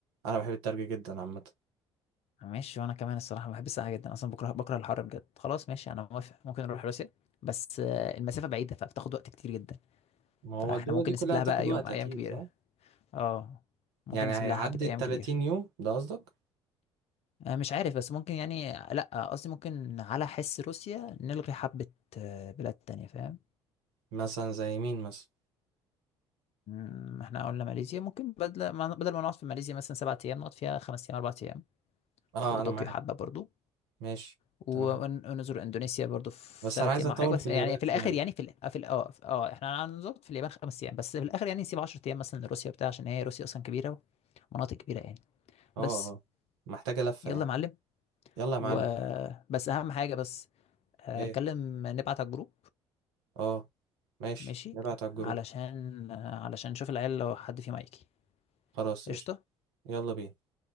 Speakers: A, on the right (about 65°); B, on the left (about 45°).
A: انا بحب التلج جدا عامه
B: ماشي وانا كمان الصراحه بحب الساعه جدا اصلا بكره بكره الحر بجد خلاص ماشي انا موافق ممكن نروح روسيا بس آه، المسافه بعيده فبتاخد وقت كتير جدا
A: ما هو
B: فاحنا
A: الدول
B: ممكن
A: دي كلها
B: نسيب لها
A: هتاخد
B: بقى
A: وقت
B: يوم ايام
A: اكيد
B: كبيره
A: صح
B: اه ممكن
A: يعني
B: نسيب
A: هيعدي
B: لها حبه ايام
A: ال 30
B: كتير
A: يوم ده قصدك
B: آه، مش عارف بس ممكن يعني لا قصدي ممكن على حس روسيا نلغي حبه آه، بلاد تانية فاهم
A: مثلا زي مين مثلا
B: مم، احنا قلنا ماليزيا ممكن بدل ما بدل ما نقعد في ماليزيا مثلا سبعة ايام نقعد فيها خمس ايام اربع ايام
A: اه
B: وطوكيو
A: انا معاك
B: حبه برضو
A: ماشي
B: ونزور
A: تمام
B: اندونيسيا برضو في
A: بس
B: ثلاث
A: انا عايز
B: ايام
A: اطول
B: او حاجه بس
A: في
B: يعني
A: اليابان
B: في الاخر
A: شويه
B: يعني في ال- في ال- اه في- اه احنا هنظبط في اليابان خمس ايام بس في الاخر يعني نسيب 10 ايام مثلا لروسيا بتاع عشان هي روسيا اصلا كبيره ومناطق كبيره يعني
A: اه
B: بس
A: اه محتاجه لفه
B: يلا
A: يعني
B: يا معلم
A: يلا يا
B: وبس
A: معلم
B: اهم حاجه بس آه،
A: ايه
B: كلم نبعت على الجروب
A: اه ماشي
B: ماشي
A: نبعت على الجروب
B: علشان آه، علشان نشوف العيال لو حد فيهم هيجي
A: خلاص
B: قشطه
A: قشطه يلا بينا